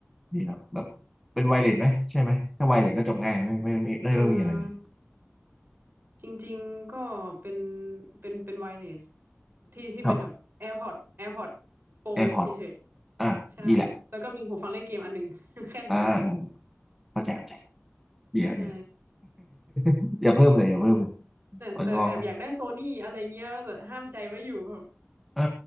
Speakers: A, in the centre; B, on the right.
A: ดีแล้วแบบเป็นไวเลสไหมใช่ไหมถ้าไวเลสก็จบง่ายไม่ไม่ไม่ไม่ต้องมีอะไรเลย
B: เออจริงๆก็เป็นเป็นเป็นไวเลสที่ที่เป็นแบบ
A: ครับ
B: AirPods AirPods Pro
A: แอ r p พอร์ต
B: เฉย
A: อ่ะดีแหละ
B: ใช่ แล้วก็มีหูฟังเล่นเกมอันหนึ่ง <laughs> แค่นั้น
A: อ่าอ่าเข้าใจเข้าใจดีแล้วดีแล้ว
B: ใช่
A: <laughs> อย่าเพิ่มเลยอย่าเพิ่มเลย
B: แต่แต่แอบอยากได้โซนี่อะไรเงี้ยแต่ห้ามใจไว้อยู่แบบ
A: อ่อนงอก
B: <laughs>
A: เออ